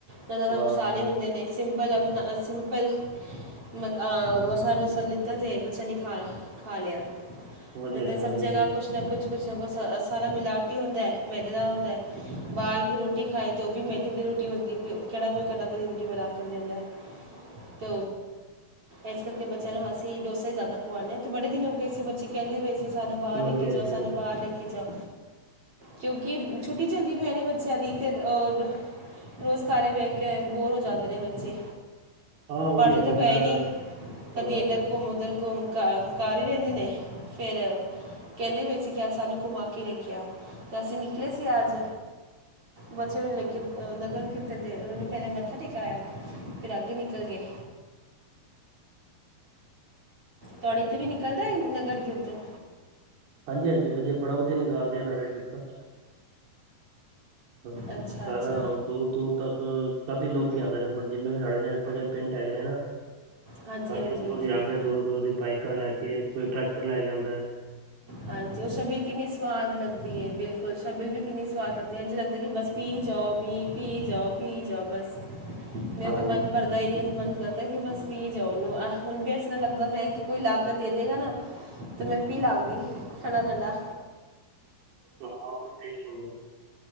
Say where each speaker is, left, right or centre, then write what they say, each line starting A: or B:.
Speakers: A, on the right; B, on the right.
A: ਨਾ ਜ਼ਿਆਦਾ
B: ਹਾਂ
A: ਮਸਾਲੇ ਹੁੰਦੇ ਨੇ। ਸਿੰਪਲ ਸਿੰਪਲ ਮ ਮਸਾਲਾ ਡੋਸਾ ਲਿੱਤਾ ਤੇ ਬੱਚਾ ਨੇ ਖਾ-ਟ ਖਾ ਲਿਆ।
B: ਵਧੀਆ
A: ਨਹੀਂ ਤਾਂ
B: ਹੈਗਾ
A: ਸਭ
B: ਵਧੀਆ
A: ਜਗ੍ਹਾ
B: ਹੈਗਾ
A: ਕੁਛ ਨਾ ਕੁਛ ਕਿਸ ਕੋਲ ਸਾਰਾ ਮਿਲਾਵਟੀ ਹੁੰਦਾ ਹੈ। ਮੈਦੇ ਦਾ ਹੁੰਦਾ ਬਾਹਰ ਕੀ ਰੋਟੀ ਖਾਈ ਤੇ ਉਹ ਵੀ ਮਹਿੰ ਦੀ ਰੋਟੀ ਹੁੰਦੀ। ਕੋਈ ਕਿਹੜਾ ਕੋਈ ਕਦਾ ਕਦੀ ਰੋਟੀ ਬਣਾ ਕੇ ਦਿੰਦਾ। ਤ ਇਸ ਕਰਕੇ ਬੱਚਿਆਂ ਨੂੰ ਅਸੀਂ ਡੋਸਾ ਹੀ ਜ਼ਿਆਦਾ ਖਵਾਉਂਦੇ ਹਾਂ। ਤੇ ਬੜੇ ਦਿਨ ਹੋ ਗਏ ਸੀਂ ਬੱਚੇ ਕਹਿੰਦੇ ਪਏ ਕਿ ਸਾਨੂੰ ਬਾਹਰ ਲੇਕੇ
B: ਹਾਂਜੀ-ਹਾਂਜੀ-ਹਾਂਜੀ
A: ਜਾਓ। ਸਾਨੂੰ ਬਾਹਰ ਲੇਕੇ ਜਾਓ। ਕਿਉਂਕਿ ਛੁੱਟੀ ਚੱਲਦੀ ਪ ਹੈ ਬੱਚਿਆਂ ਦੀ ਤੇ ਅਹ ਰੁਜ਼ਗੇ ਬੈ ਕੇ ਬੋਰ ਹੋ ਜਾਂਦੇ ਨੇ ਬੱਚੇ
B: ਹਾਂ ਉਹ
A: ਪੜ੍ਹਦੇ
B: ਵੀ ਹੈਗਾ
A: ਤਾਂ ਪਏ
B: ਮੈਂ
A: ਨੀ ਕਦੀ
B: ਹਾਂ
A: ਇੱਧਰ ਘੁੰਮ ਉਧਰ ਘੁੰਮ ਕਰ ਹੀ ਰਹਿੰਦੇ ਨੇ ਫੇਰ ਕਹਿੰਦੇ ਹੋਏ ਸੀ ਕਿ ਅੱਜ ਸਾਨੂੰ ਘੁਮਾ ਕੇ ਲੈ ਕੇ ਤੇ ਅਸੀਂ ਨਿਕਲੇ ਸੀ ਅੱਜ ਬੱਚੇ ਲੈ ਕੇ ਨਗਰ ਕੀਰਤਨ ਤੇ ਉਹਨਾਂ ਨੂੰ ਪਹਿਲੇ ਮੱਥਾ ਟੇਕਾਇਆ ਫਿਰ ਅੱਗੇ ਨਿਕਲ ਗਏ। ਤੁਹਾਡੇ ਤੇ ਵੀ ਨਿਕਲਦਾ ਹੈ ਨਗਰ ਕੀਰਤਨ
B: ਹਾਂਜੀ-ਹਾਂਜੀ, ਵਧੀਆ ਬੜਾ ਵਧੀਆ ਨਿਕਾਲਦੇ ਆ ਨਗਰ ਕੀਰਤਨ। ਹਾਂ
A: ਅੱਛਾ
B: ਸਾਰਾ
A: ਅੱਛਾ
B: ਦੂਰ-ਦੂਰ ਤੱਕ ਕਾਫੀ ਲੋਕ ਆਂਦੇ ਨੇ ਜਿੰਨੇ ਵੀ ਸਾਡੇ ਨੇਡੇ ਪਿੰਡ ਹੈਗੇ ਨੇ ਨਾ।
A: ਹਾਂਜੀ
B: ਸਹੀ
A: ਹਾਂਜੀ
B: ਉਰੋਧੀ
A: ਹਾਂਜੀ ਹਾਂਜੀ
B: ਆਂਦੇ ਦੂਰੋ-ਦੂਰੋ ਬਾਈਕ ਲੈ ਕੇ ਕੋਈ ਟਰੈਕਟਰ ਲੈ ਕੇ ਆਂਦਾ।
A: ਹਾਂਜੀ, ਉਹ ਸ਼ਛਬਿਲ ਕਿੰਨੀ ਸਵਾਦ ਲੱਗਦੀ ਹੈ। ਬਿਲਕੁਲ ਸ਼ਬੀਲ ਵੀ ਕਿੰਨੀ ਸਵਾਦ ਲੱਗਦੀ ਹੈ। ਲੱਗਦਾ ਕਿ ਬਸ ਪੀ ਜਾਓ, ਬੀ ਪੀ ਜਾਓ, ਪੀ ਜਾਓ, ਬਸ ਮੇਰੇ
B: ਹਾਂਜੀ
A: ਤੇ ਮਨ
B: ਹਾਂਜੀ
A: ਭਰਦਾ ਹੀ ਨਹੀਂ ਮਨ ਦ ਕਿ ਬਸ ਪੀਵੀ ਜਾਓ ਉਹਨੂੰ ਆਹ ਹੁਣ ਵੀ ਐ ਤਰ੍ਹਾਂ ਲੱਗਦਾ ਪਿਆ ਕਿ ਕੋਈ ਲਾਗ ਦੇ ਦੇਗਾ ਨਾ ਤੇ
B: ਹਮ,
A: ਮੈਂ ਪੀ ਲਾਗੀ। ਠੰਡਾ-ਠੰਡਾ।
B: ਹ